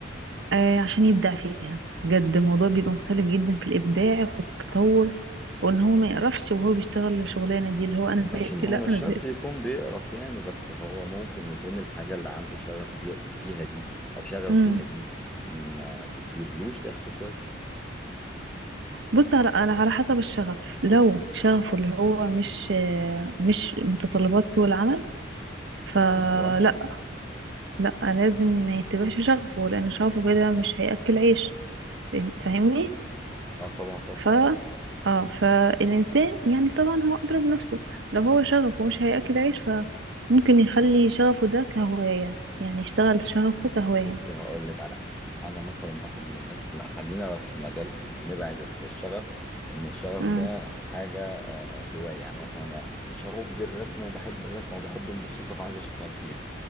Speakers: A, on the right; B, in the centre.
A: آه عشان يبدع فيها بجد الموضوع بيبقى مختلف جدا في الابداع وفي التطور وان هو ما يقرفش وهو بيشتغل الشغلانه دي اللي هو انا
B: ماشي
A: زهقت
B: ما
A: لا
B: هو مش
A: انا
B: شرط
A: زهقت
B: يكون بيقرف يعني بس هو ممكن يكون الحاجة اللي عنده شغف في- فيها دي أو شغف
A: امم
B: بيها دي ما بتجيبلوش دخل كويس
A: بص على على على حسب الشغف لو شغفه اللي هو مش آه، مش متطلبات سوق العمل فلا
B: أيوة
A: لا لازم ما يتبعش شغفه لان شغفه كده مش هياكل عيش فاهم- فاهمني
B: اه طبعا فاهم
A: ف اه فالإنسان يعني طبعا هو أدرى بنفسه لو هو شغفه مش هياكل عيش فممكن يخلي شغفه ده كهواية يعني يشتغل شغفه كهواية
B: بص هقول لك على حاجه انا مثلا واحد من الناس لا خلينا في مجال ال- نبعد ال- الشغف ان الشغف
A: امم
B: ده حاجه هواية يعني مثلا أنا شغوف بالرسم وبحب الرسم وبحب الموسيقى فعايز أشتغل فيها